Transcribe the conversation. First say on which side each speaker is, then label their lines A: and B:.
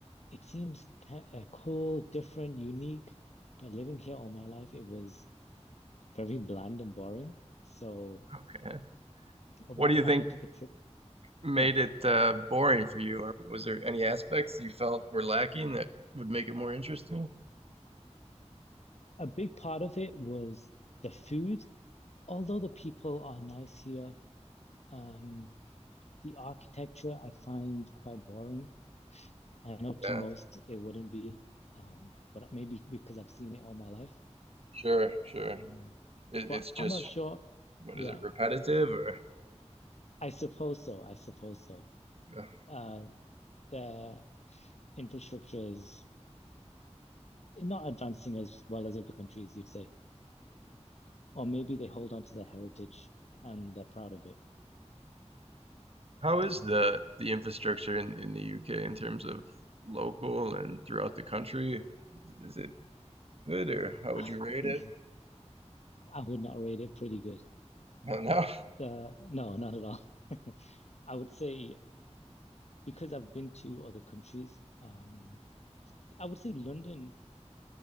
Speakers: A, on the left; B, on the right.
A: it seems ki uh, cool, different, unique, but living here all my life, it was very bland and boring. So
B: Okay.
A: a
B: What
A: while
B: do you
A: back,
B: think
A: I took a trip.
B: made
A: Yeah.
B: it uh, boring for you, or was there any aspects you felt were lacking that would make it more interesting?
A: A big part of it was the food. Although the people are nice here, um, The architecture I find quite boring. I know to
B: Yeah,
A: most it wouldn't be, um, but maybe because I've seen it all my life.
B: sure, sure.
A: Mm,
B: It,
A: But
B: it's just,
A: I'm not sure.
B: what
A: Yeah,
B: is it, repetitive or
A: I suppose so. I suppose so.
B: yeah.
A: Uh, their infrastructure is not advancing as well as other countries, you'd say. Or maybe they hold on to their heritage and they're proud of it.
B: How is
A: Um,
B: the the infrastructure in, in the UK in terms of local and throughout the country? Is it good or
A: <clears throat>
B: how would
A: I
B: you rate it?
A: would not rate it pretty good.
B: <laughs> No, no.
A: The, no, not at all. I would say because I've been to other countries, um, I would say London,